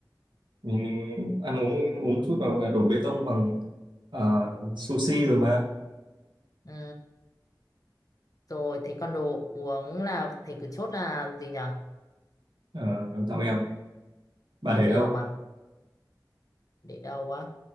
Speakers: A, on the right; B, on the left.
A: mình, mình ăn uống uống một chút và đổ bê tông bằng ờ, sushi rồi mà
B: ừ rồi thế còn đồ uống là thế cứ chốt là gì nhở
A: uh, tạm bèo bà
B: táo
A: để
B: mèo
A: đâu
B: à để đâu á